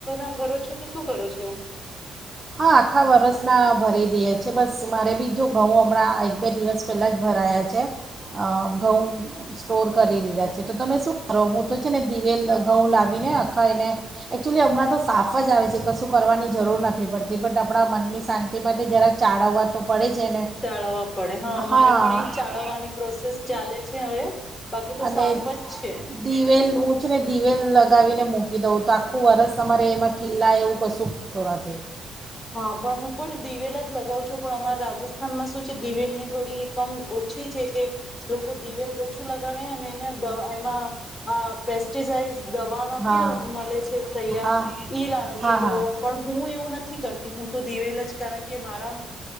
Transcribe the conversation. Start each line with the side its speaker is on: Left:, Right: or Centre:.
Left: <unintelligible> ભરો છો કે શું કરો છો
Right: હા આખા વરસના ભરી દઈએ છીએ બસ મારે બી જો ઘઉં હમણાં એક બે દિવસ પહેલાં જ ભરાયા છે. ઘઉં સ્ટોર કરી દીધા છે. તો તમે શું કરો હું તો છે ને દિવેલ ઘઉં લાવીને આખા એને એકચુલી હમણાં તો સાફ જ આવે છે કશું કરવાની જરૂર ન થી પડતી પણ આપણા મનની શાંતિ માટે જરાક ચાળવવા તો પડે છે ને
Left: ચળવવા પડે હા અમારે
Right: હા
Left: પણ એ ચળવવાની પ્રોસેસ ચાલે છે હવે બાકી તો
Right: અને
Left: સાફ જ છે
Right: દિવેલ ઊતરે ને દિવેલ લગાવીને મૂક કીધો તો આખું વરસ તમારે મળી લાયે કશું તો નાથી
Left: હા પણ હું પણ દિવેલ જ લગાવ છું, પણ અમારા રાજસ્થાનમાં શું છે. દિવેલની થોડી એકમ ઓછી છે કે, લોકો દિવેલ ઓછું લગાવે. અને એને એમાં આ પેસ્ટિસાઈડ દવા નથી
Right: હા
Left: મળે છે તૈયાર
Right: હા
Left: ઈ લાવે
Right: હા
Left: છે
Right: હા
Left: તો પણ હું એવું ન કરતી હું તો દિવેલ જ કારણ કે મારા